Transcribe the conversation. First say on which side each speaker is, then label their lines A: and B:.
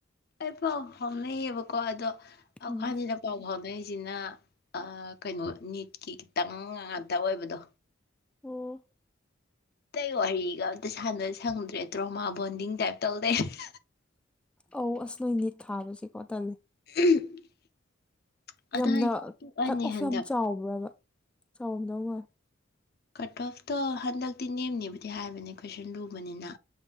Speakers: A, on the left (about 55°); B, in the centre.
A: ꯑꯩ ꯄꯥꯎ ꯐꯥꯎꯅꯩꯌꯦꯕꯀꯣ ꯑꯗꯣ ꯑꯩꯈꫭꯏꯅꯤꯅ
B: ꯎꯝ
A: ꯄꯥꯎ ꯐꯥꯎꯅꯩꯁꯤꯅ ꯑꯥ ꯀꯩꯅꯣ ꯅꯤꯠꯀꯤ ꯈꯤꯇꯪ ꯉꯥꯛꯇ ꯑꯣꯏꯕꯗꯣ
B: ꯑꯣ
A: ꯑꯇꯩ ꯋꯥꯔꯤꯒ ꯑꯝꯇ ꯁꯥꯟꯅ ꯁꯪꯗ꯭ꯔꯦ ꯗ꯭ꯔꯣꯃꯥ ꯕꯣꯟꯗꯤꯡ ꯇꯥꯏꯞ ꯇꯧꯂꯩꯔ‌ꯦ
B: ꯑꯧ ꯑꯁ ꯅꯣꯏ ꯅꯤꯠ ꯊꯥꯕꯁꯤꯀꯣ ꯇꯜꯂꯦ
A: <inaudible> ꯑꯗꯣ
B: ꯌꯥꯝꯅ
A: ꯑꯩꯗꯤ ꯇꯣꯛꯑꯅꯤ
B: ꯀꯠ ꯑꯣꯐ
A: ꯍꯟꯗꯛ
B: ꯌꯥꯝ ꯆꯥꯎꯕ꯭ꯔꯥꯕ ꯆꯥꯎꯔꯝꯗꯧ ꯃꯥꯣꯏ
A: ꯀꯠ ꯑꯣꯐꯇꯣ ꯍꯟꯗꯛꯇꯤ ꯅꯦꯝꯅꯦꯕꯨꯗꯤ ꯍꯥꯏꯕꯅꯦ ꯀꯣꯏꯁꯟ ꯂꯨꯕꯅꯤꯅ